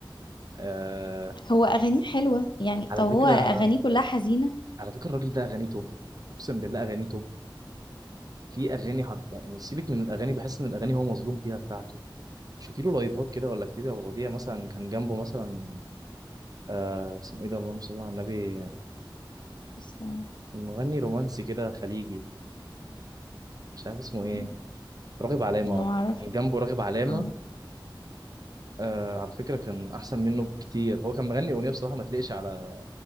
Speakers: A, on the right (about 45°); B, on the left (about 65°).
A: آه
B: هو اغانيه حلوه يعني
A: على
B: طب
A: فكره
B: هو اغانيه كلها حزينه
A: على فكره الراجل ده اغانيه توب اقسم بالله اغانيه توب في اغاني حرف يعني سيبك من الاغاني بحس ان الاغاني هو مظلوم فيها بتاعته شوفي له لايفات كده ولا كتير يا ابو وديع مثلا كان جنبه مثلا آه اسمه ايه ده اللهم صل على النبي
B: بس تمام.
A: المغني رومانسي كده خليجي مش عارف اسمه ايه
B: مم.
A: راغب علامه
B: انا
A: اه
B: ما اعرفش
A: كان جنبه راغب علامه
B: اه
A: آه على فكره كان احسن منه بكتير هو كان مغني اغنيه بصراحه ما تليقش على